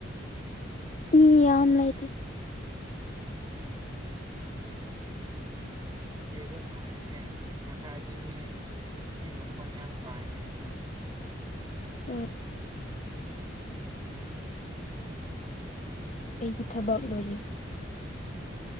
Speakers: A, on the left (about 40°); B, on the right (about 20°).
A: ꯅ ꯌꯥꯝꯂꯥꯏꯗꯤ
B: ꯍꯩꯕ ꯃꯥꯔꯤꯅꯦ ꯉꯁꯥꯏꯗꯤ ꯃꯤ ꯃꯤ ꯃꯈꯣꯟ ꯌꯥꯝ ꯇꯥꯏꯅꯦ
A: ꯎ ꯑꯩꯒꯤ ꯊꯕꯛ ꯂꯣꯏꯔꯦ